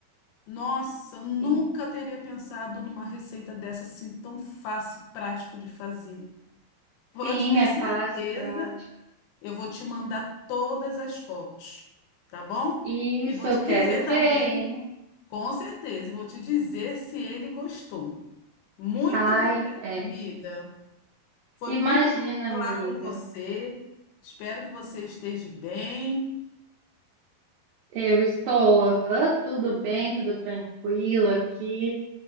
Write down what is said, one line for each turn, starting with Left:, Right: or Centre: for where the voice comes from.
Left: Nossa, eu nunca
Right: sim.
Left: teria pensado numa receita dessa assim tão fácil e prático de fazer. Pode
Right: Sim,
Left: ter
Right: é
Left: certeza,
Right: fácil, prática.
Left: eu vou te mandar todas as fotos, tá bom?
Right: Isso,
Left: E vou
Right: eu
Left: te
Right: quero
Left: dizer
Right: ver,
Left: também,
Right: hein?
Left: com certeza, e vou te dizer se ele gostou. Muito
Right: Ai,
Left: obrigada,
Right: é.
Left: amiga. Foi muito
Right: Imagina,
Left: bom falar
Right: amiga.
Left: com você. Espero que você esteja bem.
Right: Eu estou, aham, tudo bem, tudo tranquilo aqui.